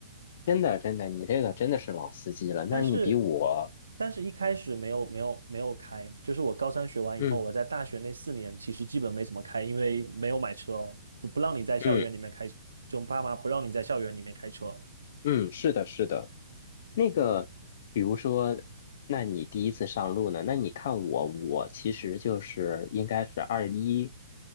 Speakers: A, on the left (about 50°); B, on the right (about 80°).
A: 真的真的，你这个真的是老司机了。那你比我，
B: 但是但是一开始没有没有没有开，就是我高三学完以后，
A: 嗯
B: 我在大学那四年其实基本没怎么开，因为没有买车哦，就不让你在校园里面开，
A: 嗯。
B: 就爸妈不让你在校园里面开车。
A: 嗯，是的，是的。那个，比如说，那你第一次上路呢？那你看我，我其实就是应该是二一，